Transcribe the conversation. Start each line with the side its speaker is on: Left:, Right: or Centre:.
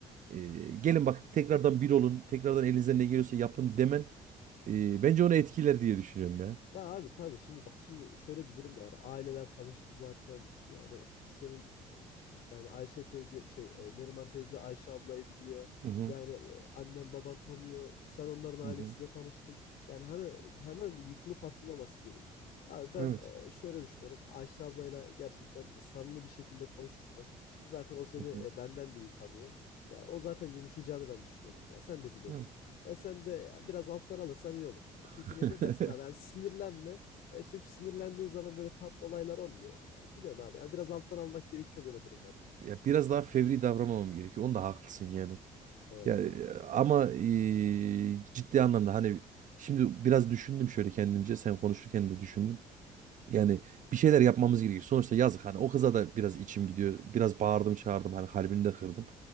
Right: Ee, gelin bak tekrardan bir olun. Tekrardan elinizden ne geliyorsa yapın demen e, bence onu etkiler diye düşünüyorum ya.
Left: Ya abi tabii şimdi bak şimdi şöyle bir durum da var. Aileler tanıştı zaten. Yani senin e, yani Ayşe teyze şey e, Neriman teyze Ayşe ablayı biliyor.
Right: Hı hı.
Left: Yani e, annen baban tanıyor. Sen onların ailesiyle
Right: Hı hı.
Left: tanıştın. Yani hani hemen yıkılıp atılmaması gerek. Abi ben
Right: Evet.
Left: e, şöyle düşünüyorum. Ayşe ablayla gerçekten samimi bir şekilde konuşursam zaten o seni
Right: Hı
Left: e,
Right: hı.
Left: benden de iyi tanıyor. Ya o zaten yumuşayacağını ben düşünüyorum. Ya sen de biliyorsun.
Right: Evet.
Left: E, sen de biraz alttan alırsan iyi olur. E, çünkü
Right: <laughs>
Left: niye de dersen abi yani sinirlenme. E, çünkü sinirlendiğin zaman böyle tatlı olaylar olmuyor. E, biliyorsun abi yani biraz alttan almak gerekiyor böyle durumlarda.
Right: Ya biraz daha fevri davranmamam gerekiyor. Onda haklısın yani.
Left: Doğru
Right: Yani
Left: doğru.
Right: e, ama e, ciddi anlamda hani şimdi biraz düşündüm şöyle kendimce. Sen konuşurken de düşündüm. Yani bir şeyler yapmamız gerekiyor. Sonuçta yazık hani o kıza da biraz içim gidiyor. Biraz bağırdım çağırdım hani kalbini de kırdım.